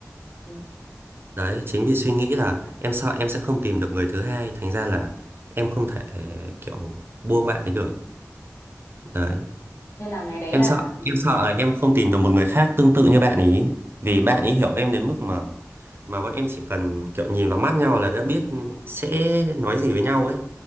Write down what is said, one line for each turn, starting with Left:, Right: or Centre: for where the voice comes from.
Left: Ừ.
Right: Đấy, chính vì suy nghĩ là em sợ em sẽ không tìm được người thứ hai, thành ra là em không thể kiểu buông bạn ấy được. Đấy.
Left: Nên là ngày đấy
Right: Em
Left: là
Right: sợ,
Left: ừ.
Right: em sợ là em không tìm được một người khác tương tự như bạn ý. Vì bạn ý hiểu em đến mức mà mà bọn em chỉ cần kiểu nhìn vào mắt nhau là đã biết sẽ nói gì với nhau ấy.